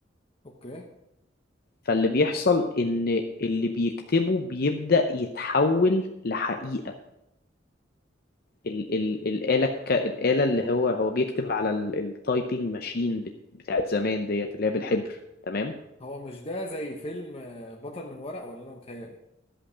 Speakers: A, on the left; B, on the left.
A: أوكي.
B: فاللي بيحصل ان اللي بيكتبه بيبدأ يتحول لحقيقة ال ال الآلة الك... الآلة اللي هو هو بيكتب على التايبنج ماشين بت... بتاعت زمان ديت اللي هي بالحبر تمام
A: هو مش ده زي فيلم آه، بطل من ورق ولا انا متهيألي